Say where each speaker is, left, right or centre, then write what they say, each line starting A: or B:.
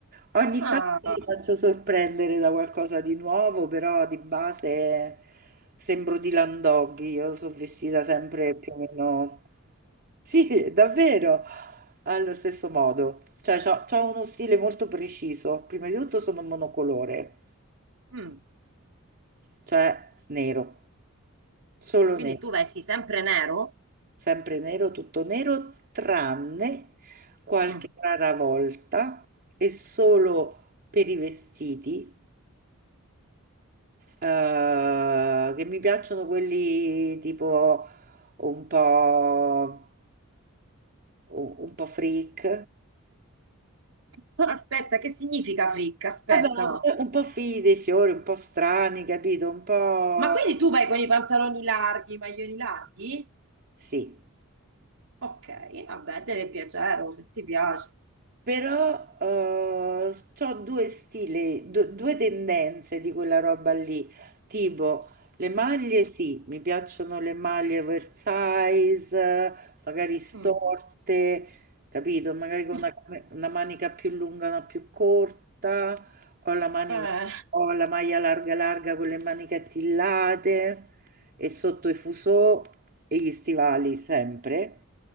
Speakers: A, on the right; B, on the right.
A: Ogni
B: Ah,
A: tanto mi faccio sorprendere da qualcosa di nuovo, però di base sembro di Landoggi, io sono vestita sempre più o meno... Sì, davvero allo stesso modo. Cioè, c'ho, c'ho uno stile molto preciso. Prima di tutto sono monocolore,
B: mm.
A: cioè nero, solo
B: Quindi
A: nero,
B: tu vesti sempre nero?
A: sempre nero, tutto nero, tranne qualche
B: Mm.
A: rara volta e solo per i vestiti, eh, che mi piacciono quelli tipo un po' un un po' freak. <laughs>
B: <laughs> Aspetta, che significa fricca? Aspetta.
A: Vabbè, un po' un po' figli dei fiori, un po' strani, capito? Un po'
B: Ma quindi tu vai con i pantaloni larghi, i maglioni larghi?
A: sì.
B: Ok, vabbè, deve piacere, o se ti piace.
A: Però ho due stili, du- due tendenze di quella roba lì, tipo le maglie, sì, mi piacciono le maglie oversize, magari storte,
B: Mm.
A: capito? Magari con
B: <laughs>
A: una, cam- una manica più lunga, una più corta, o la manica-
B: Eh,
A: o la maglia larga larga con le maniche attillate e sotto i fusò e gli stivali sempre